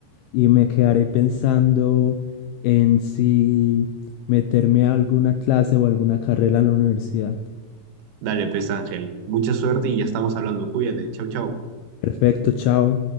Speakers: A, on the left (about 85°); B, on the right (about 70°).
A: y me quedaré pensando en si meterme a alguna clase o alguna carrera en la universidad.
B: Dale, pues Ángel, mucha suerte y ya estamos hablando. Cuídate, chau, chau.
A: Perfecto, chao.